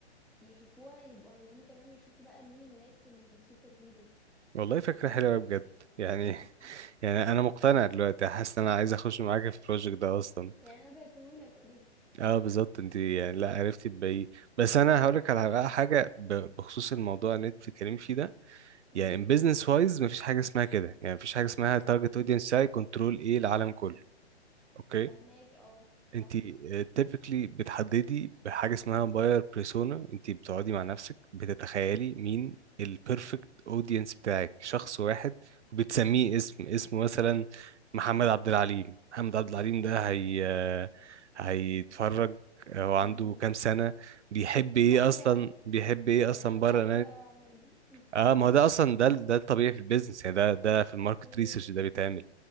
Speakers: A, in the centre; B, on the right.
A: يشوفوها يبقوا عايزين كمان يشوفوا بقى مين الناس الsuper heroes
B: والله فكرة حلوة بجد يعني <laughs> يعني أنا مقتنع دلوقتي حاسس إن أنا عايز أخش معاك في البروجكت ده أصلا
A: يعني أنا بعته لك already
B: أه بالظبط أنت يعني لا عرفتي تبيعيه بس أنا هقولك على بقى
A: إمم،
B: حاجة ب- بخصوص الموضوع اللي أنت بتتكلمي فيه ده
A: إمم.
B: يعني بزنس وايز مفيش حاجة اسمها كده يعني مفيش حاجة اسمها تارجت أودينس ساي كنترول إيه العالم كله أوكي
A: فاهماك اه
B: انت
A: اه
B: تيبيكلي بتحددي بحاجه اسمها باير بيرسونا انت بتقعدي مع نفسك بتتخيلي مين البيرفكت اودينس بتاعك شخص واحد وبتسميه اسم اسمه مثلا محمد عبد العليم محمد عبد العليم ده هي هيتفرج هو عنده
A: امم
B: كام سنه بيحب
A: دي فكرة
B: ايه
A: حلوة
B: اصلا
A: أوي
B: بيحب ايه
A: ط- الطريقة
B: اصلا بره
A: حلوة أوي يا عمر دي <laughs> مم.
B: اه ما هو ده اصلا ده ده الطبيعي في البيزنس يعني ده ده في الماركت
A: اوكي
B: ريسيرش ده بيتعمل